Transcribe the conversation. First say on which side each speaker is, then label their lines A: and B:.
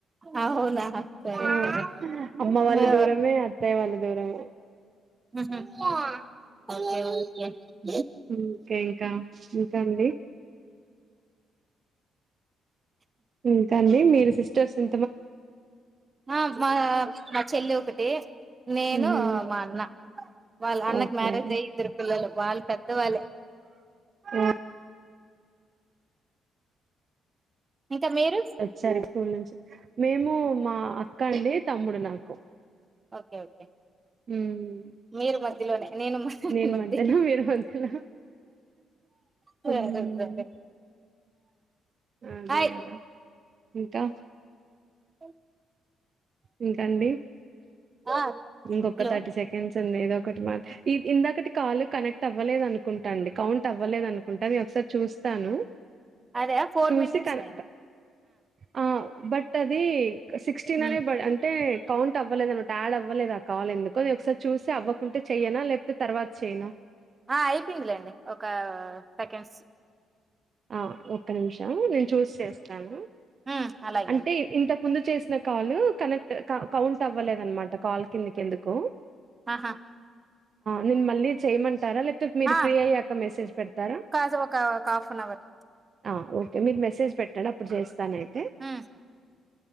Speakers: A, on the right; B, on the right.
A: అవునా సరే
B: ఆ
A: సరే
B: అమ్మ వాళ్ళ
A: మే
B: దూరమే అ అత్తయ్య వాళ్లు దూరం
A: ఓకే ఓకే
B: ఓకే ఇంకా ఇంకా అండి ఇంకాండి మీరు సిస్టర్స్ ఎ
A: ఆ మా మా చెల్లి ఒకటి నేను
B: హుహు.
A: మా అన్న వాళ్ళ అన్నకి
B: ఓకే
A: మ్యారేజ్
B: ఓహ్!
A: అయ్యి ఇద్దరు పిల్లలు వాళ్ళు పెద్దవాళ్లే
B: ఆ
A: ఇంకా మీరు
B: వచ్చారు స్కూల్ నుంచి మేము మా అక్క అండి తమ్ముడు నాకు
A: ఓకే ఓకే
B: హ్మ్.
A: మీరు మధ్యలోనే
B: నేను
A: మది
B: మధ్యలో మీరు మధ్యలో
A: సరే
B: హ్మ్.
A: సరే
B: అదే
A: హాయ్
B: కదా ఇంకా
A: అ
B: ఇంకాండి
A: ఆ
B: ఇంకొక
A: హలో
B: థర్టీ సెకండ్స్ ఉంది ఏదో ఒకటి మాట్ల ఇందాకటి కాల్ కనెక్ట్ అవ్వలేదు అనుకుంటాండి కౌంట్ అవ్వలేద అనుకుంటా నే ఒకసారి చూస్తాను
A: అదే ఫోర్
B: చూసి
A: మినిట్స్
B: కనెక్ట్
A: అయింది
B: ఆ బట్ అది సిక్స్టీలోనే
A: ఉమ్
B: బడ్ అంటే కౌంట్ అవ్వలేదు అనమాట యాడ్ అవ్వ అవ్వలేదు ఆ కాల్ ఎందుకో ఒకసారి చూసి అవ్వకుంటే చెయ్యనా లేకపోతే తర్వాత చెయ్యనా
A: ఆ అయిపోందిలేండి ఒక సెకండ్స్
B: ఆ ఒక్క నిమిషం నేను చూసి చేస్తాను
A: ఉమ్ అలాగే
B: అంటే
A: అండి
B: ఇంత ముందు చేసిన కాల్ కనెక్ట్ కౌంట్ అవ్వలేదన్నమాట కాల్ కిందికి ఎందుకో
A: ఆహా
B: నేను మళ్ళీ చేయమంటారా లేకపోతే మీరు
A: ఆ
B: ఫ్రీ అయ్యాక మెసేజ్ పెడతారా
A: కాదు ఒక ఒక హాఫ్ అన్ అవర్
B: ఆ ఓకే మీరు మెసేజ్ పెట్టండి అప్పుడు చేస్తానైతే
A: ఉమ్